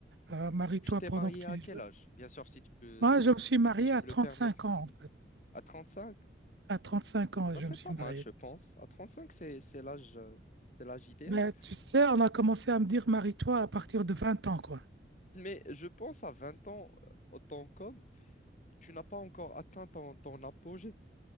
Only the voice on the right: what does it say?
euh, marie-toi
pendant
que tu
es jeune.
Moi, je me suis marié
à
trente
cinq ans, en fait.
À 35 ans,
je
me suis
marié.
Ben, tu sais, on a commencé à me dire marie-toi à partir de vingt ans, quoi.